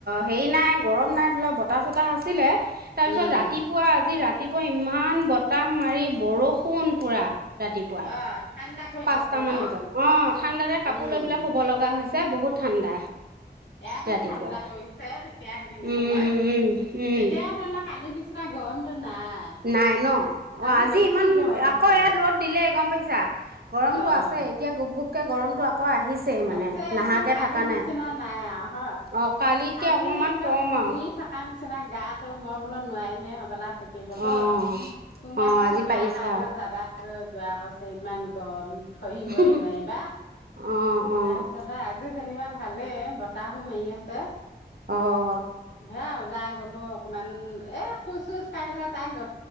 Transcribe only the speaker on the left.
উম,
অ', ঠাণ্ডা পৰি
গৈছে
ন'
উম।
এয়াতো
ঠাণ্ডা পৰিছে তেতিয়া সেইখিনি
সময়ত
এতিয়া ধৰি লোৱা কালি নিচিনা। গৰমটো নাই।
কালি
বেছি
গৰম
আছিলে।
অ',
আছে
তেওঁ কালি
নিচিনা
নাই আৰু হয়।
কালি
একে
পুৰি
থকা নিচিনা গাটো মই বোলো নোৱাৰিমেই হবলা। থাকিবলো
তুমি
কৈছে
মায়ে কাইলৈ যাবা। আৰু জোঁৱাই কৈছে ইমান গৰম হহিবই
নোৱাৰিবা
তাৰপিছতে আজি যেনিবা ভালে বতাহো মাৰি আছে।
হে ওলাই গ'লো অকণমান এ খোজ চোজ কাঢ়িলে তাই গ